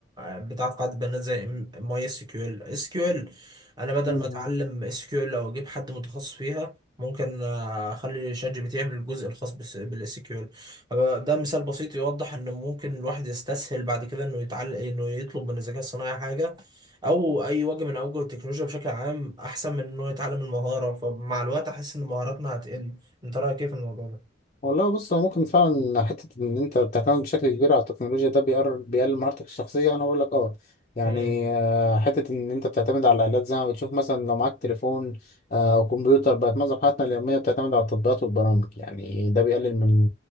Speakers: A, on the right; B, on the left.
A: بتاعت قاعده بيانات زي ماي اس كيو ال اس كيو ال انا بدل
B: مم.
A: ما اتعلم اس كيو ال او اجيب حد متخصص فيها ممكن آه، اخلي شات جي بي تي يعمل الجزء الخاص بالاس كيو ال أبقى- ده مثال بسيط يوضح ان ممكن الواحد يستسهل بعد كده انه يتعلم انه يطلب من الذكاء الصناعي حاجه او اي وجه من اوجه التكنولوجيا بشكل عام احسن من انه يتعلم المهاره فمع الوقت احس ان مهاراتنا هتقل انت رايك ايه في الموضوع ده
B: والله بص هو ممكن فعلا حتة إن أنت بتعتمد بشكل كبير على التكنولوجيا ده بيقر- بيقلل مهارتك الشخصية أنا بقول لك أه يعني
A: امم
B: آه، حتة إن أنت بتعتمد على الآلات زي ما بتشوف مثلا لو معاك تليفون آه، أو كمبيوتر بقت معظم حياتنا اليومية بتعتمد على التطبيقات والبرامج يعني ده بيقلل من